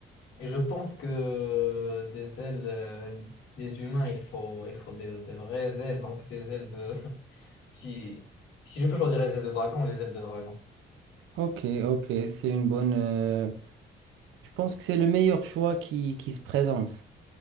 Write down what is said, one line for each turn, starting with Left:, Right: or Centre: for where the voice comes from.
Left: Et je pense que des ailes, euh, des humains, il faut, il faut des, des vraies ailes, donc des ailes de. <laughs> Si, si je peux choisir les ailes de dragon, les ailes de dragon,
Right: Ok, ok, c'est une bonne. euh, Je pense que c'est le meilleur choix qui, qui se présente.